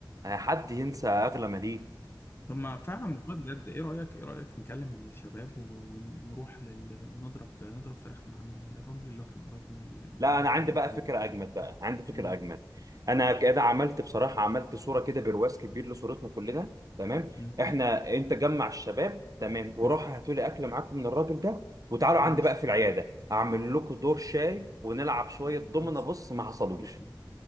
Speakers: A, on the right; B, on the left.
A: آه، حد ينسى اغلى ما ليه
B: طب ما فعلا والله بجد ايه رايك ايه رايك نكلم الشباب ون- ونروح لل... ونضرب نضرب فراخ من عند الراجل اللي هو كان قريب من ال...
A: لا
B: من ال...
A: انا عندي
B: من الكليه
A: بقى فكره اجمد بقى عندي فكره
B: ايه
A: اجمد انا كده عملت بصراحه عملت صوره كده برواز كبير لصورتنا كلنا تمام
B: امم
A: احنا انت جمع الشباب تمام وروح
B: امم
A: هاتوا لي اكل معاكم من الراجل ده وتعالوا عندي
B: ماشي
A: بقى في العياده اعمل لكم دور شاي ونلعب شويه دومنا
B: خلاص
A: بص ما حصلوش
B: يبقى